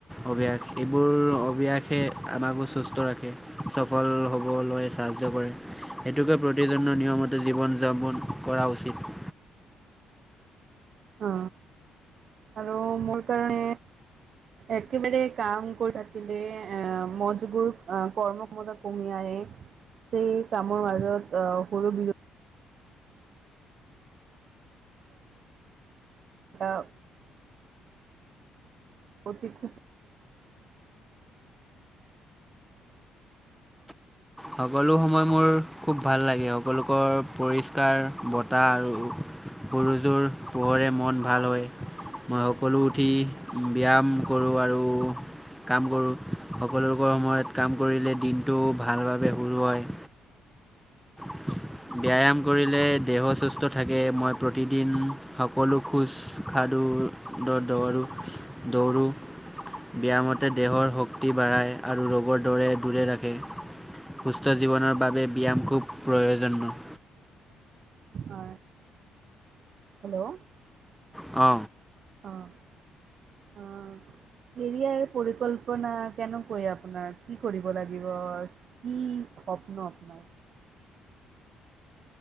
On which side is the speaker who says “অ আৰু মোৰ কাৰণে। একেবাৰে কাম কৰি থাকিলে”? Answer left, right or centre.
Right